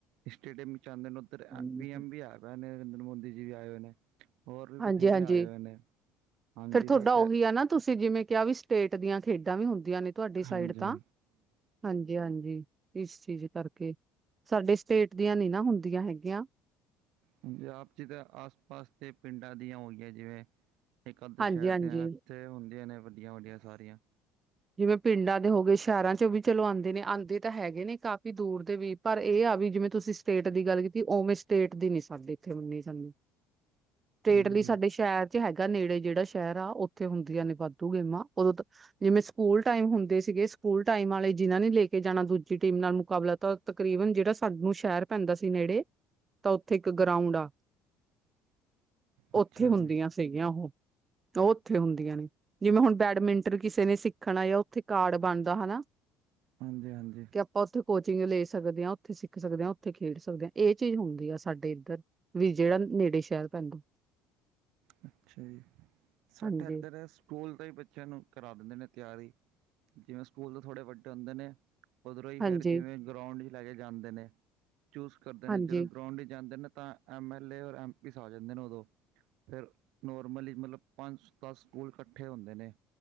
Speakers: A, on the right; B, on the right.
A: ਸਟੇਡੀਅਮ ਵਿੱਚ ਆਉਂਦੇ ਨੇ
B: ਹੂੰ।
A: ਪੀ ਐਮ ਵੀ ਆ ਪ ਨੇ ਨਰਿੰਦਰ ਮੋਦੀ ਜੀ ਵੀ ਆਏ ਹੋਏ ਨੇ ਹੋਰ ਵੀ
B: ਹਾਂਜੀ
A: ਬਥੇਰੇ
B: ਹਾਂਜੀ
A: ਆਏ ਹੋਏ ਨੇ ਹਾਂਜੀ
B: ਫੇਰ ਤੁਹਾਡਾ
A: ਸਾਟ
B: ਉਹੀ ਆ ਨਾ ਤੁਸੀਂ ਜਿਵੇਂ ਕਿਹਾ ਵੀ ਸਟੇਟ ਦੀਆਂ ਖੇਡਾਂ ਵੀ ਹੁੰਦੀਆਂ ਨੇ ਤੁਹਾਡੀ
A: ਹਾਂਜੀ
B: ਸਾਈਡ ਤਾਂ
A: ਹਾਂਜੀ
B: ਹਾਂਜੀ ਜ ਹਾਂਜੀ ਇਸ ਚੀਜ਼ ਕਰਕੇ ਸਾਡੇ ਸਟੇਟ ਦੀਆਂ ਨੀ ਨਾ ਹੁੰਦੀਆਂ ਹੈਗੀਆਂ
A: ਪੰਜਾਬ ਚ ਤਾਂ ਆਸ ਪਾਸ ਦੇ ਪਿੰਡਾਂ ਦੀਆਂ ਹੋਈਆਂ ਜਿਵੇਂ ਕੱਲ ਤੋਂ
B: ਹਾਂਜੀ
A: ਸ਼ਹਿਰ
B: ਹਾਂਜੀ
A: ਦੇ ਇੱਥੇ ਹੁੰਦੀਆਂ ਨੇ ਵੱਡੀਆਂ ਵੱਡੀਆਂ ਸਾਰੀਆਂ
B: ਜਿਵੇਂ ਪਿੰਡਾਂ ਦੇ ਹੋ ਗਏ ਸ਼ਹਿਰਾਂ ਚ ਉਹ ਵੀ ਚਲੋ ਆਉਂਦੇ ਨੇ ਆਉਂਦੇ ਤਾਂ ਹੈਗੇ ਨੇ ਕਾਫੀ ਦੂਰ ਦੇ ਵੀ ਪਰ ਇਹ ਆ ਵੀ ਜਿਵੇਂ ਤੁਸੀਂ ਸਟੇਟ ਦੀ ਗੱਲ ਕੀਤੀ ਉ ਓਵੇਂ ਸਟੇਟ ਦੀ ਨੀ ਸਾਡੀ ਇੱਥੇ ਮੰਨੀ ਸਾਨੂੰ ਸਟੇਟ
A: ਹਾਂਜੀ
B: ਲਈ ਸਾਡੇ ਸ਼ਹਿਦ ਵਿੱਚ ਹੈਗਾ ਨੇੜੇ ਜਿਹੜਾ ਸ਼ਹਿਰ ਆ ਉੱਥੇ ਹੁੰਦੀਆਂ ਨੇ ਵਾਧੂ ਗੇਮਾਂ ਉਦੋਂ ਜਿਵੇਂ ਸਕੂਲ ਟਾਈਮ ਹੁੰਦੇ ਸੀਗੇ ਸਕੂਲ ਟਾਈਮ ਵਾਲੇ ਜਿਨ੍ਹਾਂ ਨੇ ਲੈ ਕੇ ਜਾਣਾ ਦੂਜੀ ਟੀਮ ਨਾਲ ਮੁਕਾਬਲਾ ਤਾਂ ਤਕਰੀਬਨ ਜਿਹੜਾ ਸਾਨੂੰ ਸ਼ਹਿਰ ਪੈਂਦਾ ਸੀ ਨੇੜੇ ਤਾਂ ਉੱਥੇ ਇੱਕ ਗਰਾਊਂਡ ਆ
A: ਅੱਛਾ
B: ਉੱਥੇ ਹੁੰਦੀਆਂ
A: ਜੀ
B: ਗੀਆਂ ਉਹ ਉਹ ਉੱਥੇ ਹੁੰਦੀਆਂ ਨੇ ਜਿਵੇਂ ਹੁਣ ਬੈਡਮਿੰਟਨ ਕਿਸੇ ਨੇ ਸਿੱਖ ਦੇਖਣਾ ਆ ਉੱਥੇ ਕਾਰਡ ਬਣਦਾ ਹਨਾ
A: ਹਾਂਜੀ ਹਾਂਜੀ
B: ਕਿ ਆਪਾਂ ਉੱਥੇ ਕੋਚਿੰਗ ਲੈ ਸਕਦੇ ਹਾਂ ਉੱਥੇ ਸਿੱਖ ਸਕਦੇ ਹਾਂ ਉੱਥੇ ਖੇਡ ਸਕਦੇ ਹਾਂ ਇਹ ਚੀਜ਼ ਹੁੰਦੀ ਆ ਸਾਡੇ ਇੱਧਰ ਵੀ ਜਿਹੜਾ ਨੇੜੇ ਸ਼ਹਿਰ ਪੈਂਦਾ
A: ਅੱਛਾ ਜੀ ਸਾਡੇ
B: ਹਾਂਜੀ
A: ਇਧਰ ਸਕੂਲ ਦਾ ਹੀ ਬੱਚਿਆਂ ਨੂੰ ਕਰਾ ਦਿੰਦੇ ਨੇ ਤਿਆਰੀ ਜਿਵੇਂ ਸਕੂਲ ਦੇ ਥੋੜੇ ਵੱਡੇ ਹੁੰਦੇ ਨੇ ਉੱਧਰੋਂ ਹੀ
B: ਹਾਂਜੀ
A: ਫੇਰ ਜਿਵੇਂ ਗਰਾਊਂਡ ਚ ਲੈ ਕੇ ਜਾਂਦੇ ਨੇ ਚੂਸ ਕਰਦੇ
B: ਹਾਂਜੀ
A: ਨੇ ਜਦੋਂ ਗਰਾਊਂਡ ਜਾਂਦੇ ਨੇ ਤਾਂ ਐੱਮ ਐੱਲ ਏ ਔਰ ਐੱਮ ਪੀਸ ਆ ਜਾਂਦੇ ਨੇ ਉਦੋਂ ਫਿਰ ਨੋਰਮਲੀ ਮਤਲਬ ਪੰਜ ਦਸ ਸਕੂਲ ਇਕੱਠੇ ਹੁੰਦੇ ਨੇ